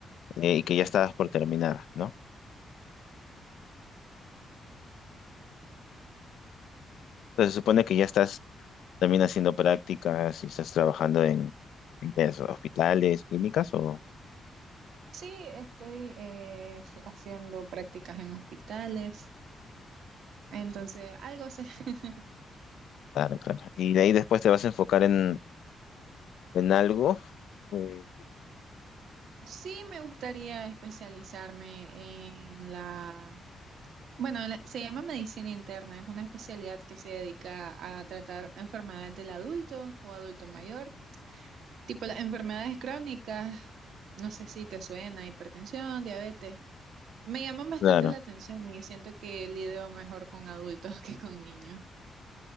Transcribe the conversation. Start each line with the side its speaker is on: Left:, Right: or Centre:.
Left: eh, y que ya estabas por terminar, ¿no? Entonces se supone que ya estás también haciendo prácticas y estás trabajando en, en qué es, hospitales, clínicas o...
Right: Sí, estoy eh, sí, haciendo prácticas en hospitales. Entonces, algo sé. <laughs>
Left: Claro, claro. Y de ahí después te vas a enfocar en, en algo. eh,
Right: Sí, me gustaría especializarme en la, bueno, en la- se llama medicina interna. Es una especialidad que se dedica a tratar enfermedades del adulto o adulto mayor, tipo las enfermedades crónicas. No sé si te suena, hipertensión, diabetes. Me llaman bastante
Left: Claro,
Right: la atención y siento que lidio mejor con adultos <laughs> que con niños.